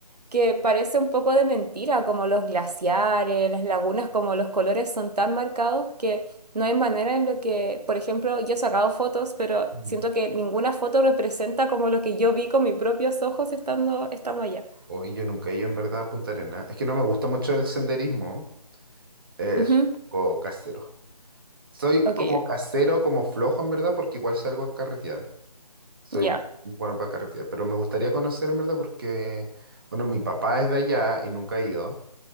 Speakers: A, on the right (about 75°); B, on the right (about 35°).
A: que parece un poco de mentira, como los glaciares, las lagunas, como los colores son tan marcados que no hay manera en lo que, por ejemplo, yo he sacado fotos, pero
B: mm.
A: siento que ninguna foto representa como lo que yo vi con mis propios ojos estando, estando allá.
B: Oye, yo nunca he ido en verdad a Punta Arenas. Es que no me gusta mucho el senderismo. Es
A: Ujú,
B: o casero. Soy
A: Ok,
B: como casero, como flojo en verdad, porque igual salgo a carretear. Soy
A: ya.
B: bien bueno para carretear, pero me gustaría conocer en verdad porque, bueno, mi papá es de allá y nunca ha ido.